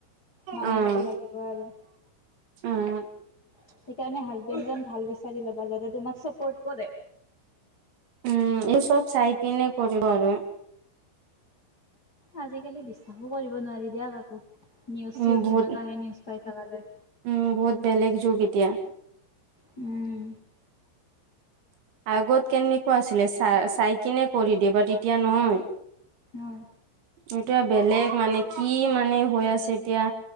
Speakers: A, on the left (about 30°); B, on the right (about 70°).
A: মানিবতো
B: উম
A: লাগিব আৰু।
B: উম
A: সেইকাৰণে হাজবেণ্ডজন ভাল বিচাৰি ল'বা যাতে তোমাক ছাপৰ্ট কৰে।
B: উম এই চব চাই পিনে কৰিব আৰু।
A: আজিকালি বিশ্বাসো কৰিব নোৱাৰি দিয়া কাকো, নিউজ
B: উম
A: চিউজ
B: বহুত
A: যেনেকোৱাহে নিউজ পাই থকা যায়।
B: উম বহুত বেলেগ যুগ এতিয়া।
A: উম।
B: আগত কেনেকুৱা আছিলে ছা -ছাইকিনে কৰি দিব তেতিয়া নহয়
A: অ
B: এটোৱা বেলেগ মানে কি মানে হৈ আছে এতিয়া।